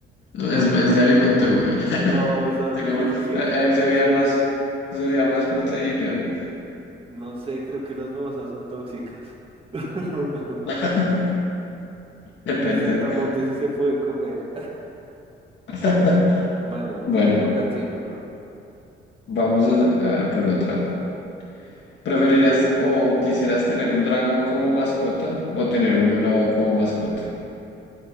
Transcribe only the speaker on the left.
es,
es de alimento, güey. <laughs>
Tiene
ma- ahí ahí
sería
más, sería más proteína, güey.
<laughs> Depende.
<laughs>
Bueno,
vamos a a ver por otra. ¿Preferirías o quisieras tener un dragón como mascota o tener un lobo como mascota?